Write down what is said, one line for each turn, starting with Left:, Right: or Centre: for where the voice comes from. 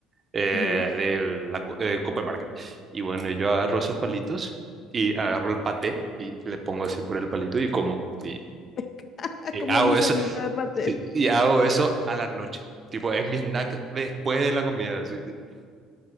Right: eh,
Left: Sí.
Right: de la co- eh, Copper Market. Y bueno, yo agarro esos palitos y agarro el paté y le pongo así por el palito y como, y,
Left: <laughs>
Right: y
Left: Como
Right: hago
Left: un gusanito
Right: eso,
Left: de paté.
Right: sí, y hago eso a la noche. Tipo, es mi snack después de la comida. así.